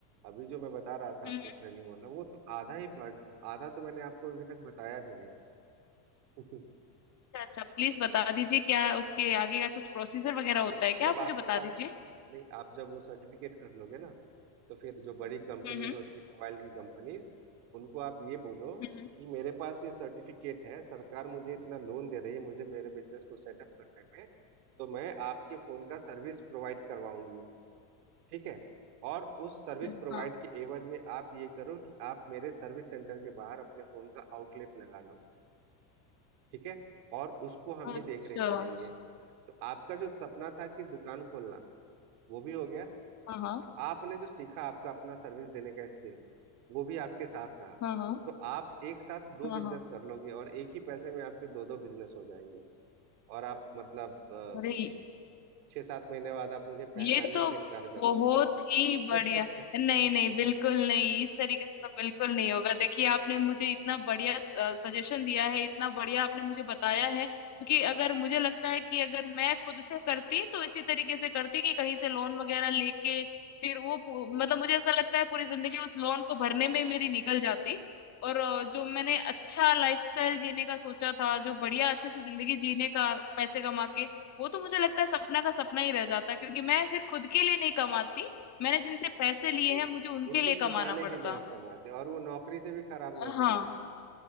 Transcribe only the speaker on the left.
हम्म,
हम्म,
अच्छा अच्छा प्लीज बता दीजिए क्या उसके आगे का कुछ प्रोसीजर वगैरह होता
है क्या
आप
मुझे बता
दीजिए
हम्म हम्म
हम्म,
हम्म,
हाँ
अच्छा
अच्छा,
हाँ हाँ
हाँ हाँ
हाँ
हाँ
अरे
ये तो
बहुत ही बढ़िया
नहीं नहीं बिल्कुल नहीं इस तरीके से तो बिल्कुल नहीं होगा देखिए आपने मुझे इतना बढ़िया सजेशन दिया है इतना बढ़िया आपने मुझे बताया है क्योंकि अगर मुझे लगता है कि अगर मैं खुद से करती तो इसी तरीके से करती कि कहीं से लोन वगैरह लेके फिर वो पू- मतलब मुझे ऐसा लगता है पूरी जिंदगी उस लोन को भरने में ही मेरी निकल जाती और अ, जो मैंने अच्छा लाइफस्टाइल जीने का सोचा था जो बढ़िया अच्छे से जिंदगी जीने का पैसे कमा के वो तो मुझे लगता है सपना का सपना ही रह जाता क्योंकि मैं फिर खुद के लिए नहीं कमाती मैंने जिनसे पैसे लिए
हैं मुझे उनके
लिए
कमाना पड़ता
हाँ